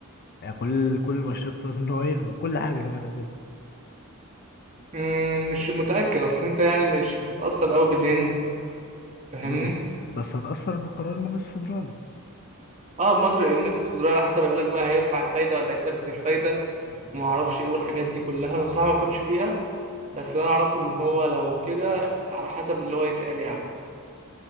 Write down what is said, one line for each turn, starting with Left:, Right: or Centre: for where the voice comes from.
Left: يعني كل كل المؤشرات بتقول ان هو هيغلى وكل حاجه كمان هتغلى
Right: مم، مش متأكد أصل أنت يعني مش هتتأثر أوي بالهند فاهمني؟
Left: امم بس هتأثر بالقرار المجلس الفدرالي
Right: اه مدر المجلس الفدرالي على حسب يقولك بقى هيرفع الفايدة ولا هيثبت الفايدة ومعرفش ايه والحاجات دي كلها أنا بصراحة ما بفهمش فيها بس اللي أنا أعرفه إن هو لو كده على حسب اللي هو يتقال يعني